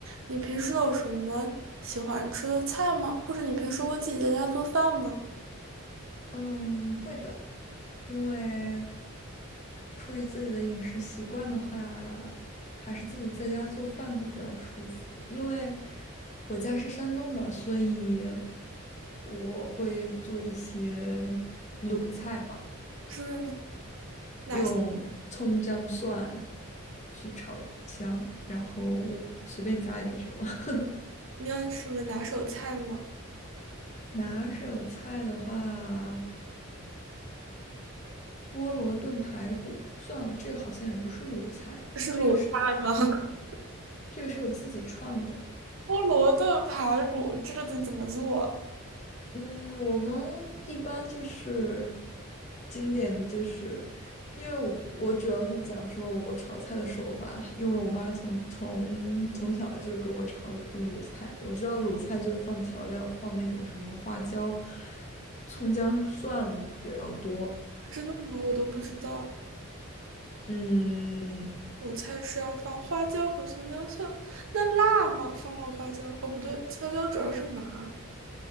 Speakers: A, on the right (about 65°); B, on the left (about 30°).
A: 你平时有什么喜欢吃的菜吗？或者你平时会自己在家做饭吗？
B: 嗯，会的，因为出于自己的饮食习惯的话，还是自己在家做饭会比较舒服。因为我家是山东的，所以我会做一些鲁菜吧，
A: 真的吗？哪些？
B: 用葱姜蒜去炒香，然后随便加一点什么。<laughs>
A: 你有什么拿手菜吗？
B: 拿手菜的话，菠萝炖排骨，算了，这个好像也不是鲁菜，
A: 这是鲁菜吗？
B: 这个是。
A: <laughs>
B: 这个是我自己创的。
A: 菠萝炖排骨，这个得怎么做啊？
B: 嗯，我们一般就是经典，就是因为我我主要是讲说我炒菜的手法，因为我妈从从从小就给我炒卤菜，我知道卤菜就是放调料，放那种什么花椒、葱姜蒜比较多。
A: 真的吗？我都不知道。
B: 嗯
A: 鲁菜是要放花椒和葱姜蒜，那辣吗？放了花椒？哦，不对，花椒主要是麻。